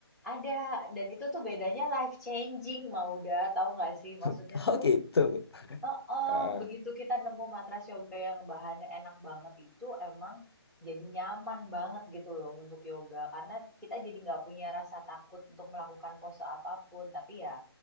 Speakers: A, in the centre; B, on the left.
A: ada dan itu tuh bedanya life changing Mauda tahu nggak sih?
B: <laughs>
A: Maksudnya
B: Oh
A: tuh
B: gitu.
A: oh oh,
B: Ah,
A: begitu kita nemu matras yoga yang bahannya enak banget itu emang jadi nyaman banget gitu loh untuk yoga karena kita jadi nggak punya rasa takut untuk melakukan pose apapun tapi ya